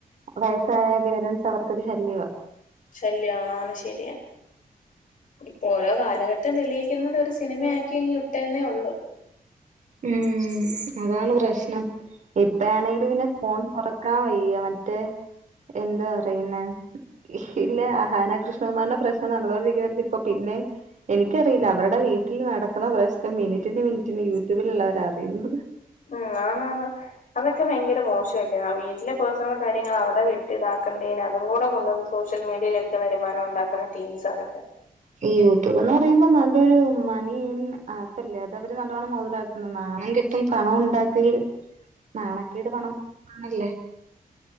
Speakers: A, on the right; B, on the left.
A: വയസ്സായ പേരൻസ് അവർക്കത് ശല്യവാ
B: ശല്യാണ് ആണ് ശെരിയാ. ഇപ്പോരോ കാലഘട്ടം തെളിയിക്കുന്നത് ഒരു സിനിമയാക്കിയങ്ങ് വിട്ടേന്നേയുള്ളൂ.
A: ഉം അതാണ് പ്രശ്നം. ഇപ്പയാണേല് പിന്നെ ഫോൺ കൊറ ക്കാൻ വയ്യ മറ്റേ എന്താ പറയുന്നെ ഇല്ല അഹാന കൃഷ്ണകുമാറിന്റെ പ്രശ്നം നടന്നുകൊണ്ടിരിക്കുന്നെടത്ത് ഇപ്പൊ പിന്നെം എനിക്കറിയില്ല അവരുടെ വീട്ടിൽ നടക്കുന്ന പ്രശ്നം മിനിറ്റിന് മിനിറ്റിന് യൂട്യൂബിലുള്ളവരറിയുന്നത്
B: ഉം ആന്നാന്ന് അതൊക്കെ ഭയങ്കര മോശല്ലേ വീട്ടിലെ പേഴ്ണൽ കാര്യങ്ങൾ അവിടെ വിട്ടിതാക്കണ്ടേന് അതും കൂടെ കൊണ്ട്ന്ന് സോഷ്യൽ മീഡിയയിലിട്ട് വരുമാനുണ്ടാക്കണെ. തിങ്സതൊക്കെ.
A: ഈ യൂട്യൂബെന്ന് പറയുമ്പോ നല്ലൊരു മണി ഏണിങ്ങ് ആപ്പല്ലേ അതവര് നല്ലോണം മൊതലാക്കുന്നു നാണംകെ ത്തും പണം ഉണ്ടാക്കിൽ
B: <inaudible>
A: നാണക്കേട് പണം ആണല്ല്